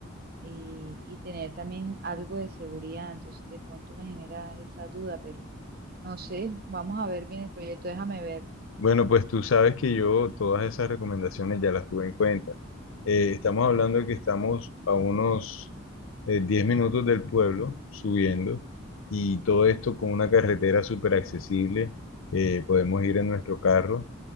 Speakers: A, on the right; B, on the left.
A: y, y tener también algo de seguridad. Entonces de pronto me genera esa duda, pero no sé, vamos a ver bien el proyecto, déjame ver.
B: Bueno, pues tú sabes que yo todas esas recomendaciones ya las tuve en cuenta. Eh, estamos hablando de que estamos a unos eh, 10 minutos del pueblo subiendo y todo esto con una carretera súper accesible. Eh, podemos ir en nuestro carro